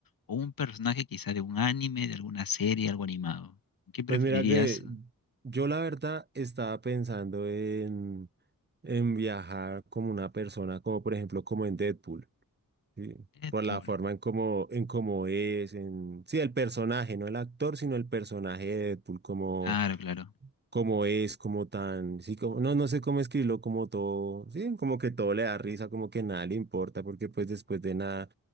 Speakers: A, on the left; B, on the right.
A: o un personaje quizá de un anime, de alguna serie, algo animado? ¿Qué preferirías?
B: Pues mira que yo la verdad estaba pensando en, en viajar como una persona, como por ejemplo como en Deadpool, ¿sí?
A: Deadpool
B: Por la forma en cómo, en cómo es, en, sí, el personaje, no el actor, sino el personaje de Deadpool, como...
A: claro, claro.
B: como es, como tan, sí, como, no, no sé cómo escribirlo, como todo, sí, como que todo le da risa, como que nada le importa, porque pues después de nada,